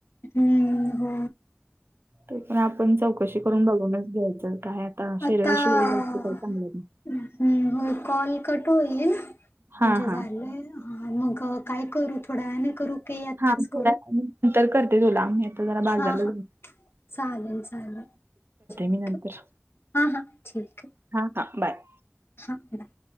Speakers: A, on the left; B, on the right.
A: हम्म हो.
B: ते पण आपण चौकशी करून बघूनच घ्यायचं काय आता शरीराशिवाय
A: आता
B: जास्त काय चांगलं नाही.
A: हम्म होय कॉल कट होईल म्हणजे
B: हा हा.
A: झालंयं हा मग काय करू थोड्या वेळानी करू की आत्ताच
B: हा थोड्या
A: करू
B: नंतर करते तुला मी आता जरा बाजारला
A: हा हा
B: जाऊन
A: चालेल चालेल ठीकय
B: मी नंतर
A: हां हां ठीकय.
B: हा हा बाय.
A: <inaudible>